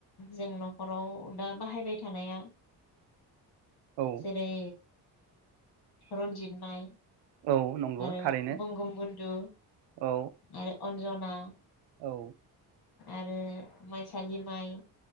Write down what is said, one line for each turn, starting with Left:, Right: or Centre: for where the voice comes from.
Left: जोंन खराव दा बाहायबाय थानाया
Right: औ
Left: जेरै रन्जित माइ
Right: औ नंगौ
Left: आरो
Right: थारैनो
Left: बंगम बन्दु
Right: औ
Left: आरो अनजन आ
Right: औ
Left: आरो माइसालि माइ